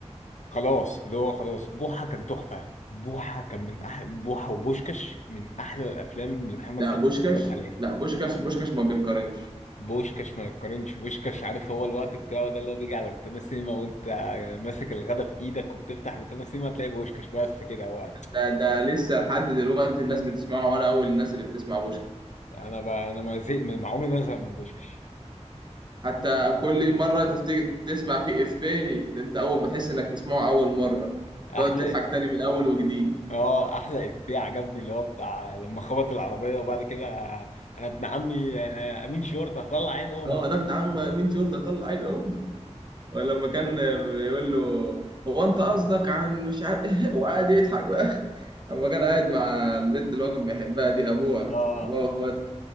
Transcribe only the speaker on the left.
خلاص اللي هو خلاص بوحه كان تحفه بوحه كان من أح... بوحه وبوشكش من احلى الافلام اللي محمد
سعد
اتفرجت عليها
بوشكاش ما يتقارنش بوشكاش عارف هو الوقت بتاعه ده اللي هو بيجي على روتانا سينما وانت يعني ماسك الغدا في ايدك وبتفتح روتانا سينما تلاقي بوشكاش بس كده هو
انا ب... انا ما زهق من ما عمري ما ازهق من بوشكاش
احلى
اه احلى افيه عجبني اللي هو بتاع لما خبط العربيه وبعد كده انا ابن عمي آه، امين شرطه هطلع عين امك
اه